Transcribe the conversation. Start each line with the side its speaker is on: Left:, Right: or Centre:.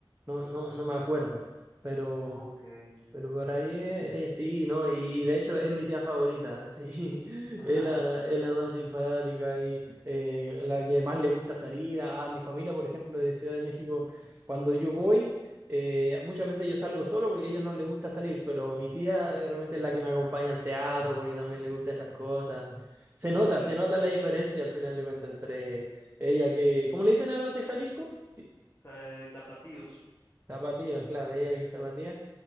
Right: no, no, no me acuerdo, pero
Left: Ok. <laughs>
Right: pero por ahí eh, eh, sí, ¿no? Y, y de hecho es mi tía favorita, sí. <laughs>
Left: Ajá,
Right: Es la, es la más simpática y eh, la que más le gusta salir. A, a mi familia, por ejemplo, de Ciudad de México, cuando yo voy, eh, muchas veces yo salgo solo porque a ellos no les gusta salir, pero mi tía eh, realmente es la que me acompaña al teatro porque también le gusta esas cosas. Se
Left: órale.
Right: nota, se nota la diferencia al final de cuentas entre ella que, ¿cómo le dicen a los de Jalisco? Ti-
Left: Eh, tapatíos.
Right: Tapatía, claro, ella que es tapatía